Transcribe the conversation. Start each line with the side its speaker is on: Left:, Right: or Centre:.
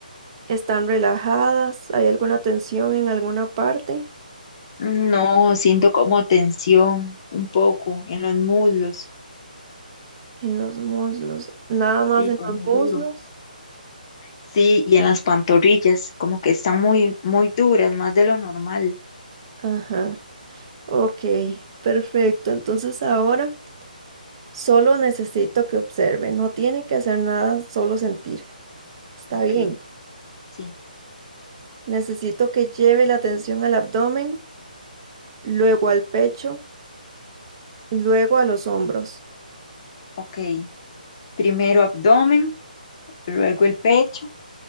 Right: están relajadas, ¿hay alguna tensión en alguna parte?
Left: No, siento como tensión un poco en los muslos.
Right: En los muslos, nada más
Left: Sí,
Right: en
Left: como
Right: los muslos.
Left: duro. Sí, y en las pantorrillas, como que están muy, muy duras, más de lo normal.
Right: Ajá, ok, perfecto. Entonces ahora solo necesito que observe, no tiene que hacer nada, solo sentir. Está
Left: Ok,
Right: bien.
Left: sí,
Right: Necesito que lleve la atención al abdomen, luego al pecho, luego a los hombros.
Left: ok. Primero abdomen, luego el pecho.